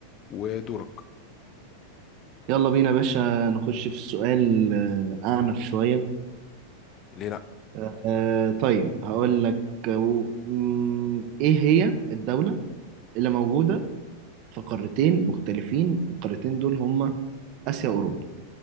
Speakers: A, on the left; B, on the right.
A: ودورك
B: يلا بينا يا باشا نخش في السؤال آه، اعنف شويه
A: ليه لأ؟
B: آه، طيب هقول لك آه، و- مم، ايه هي الدوله اللي موجوده في قارتين مختلفين القارتين دول هما اسيا واوروبا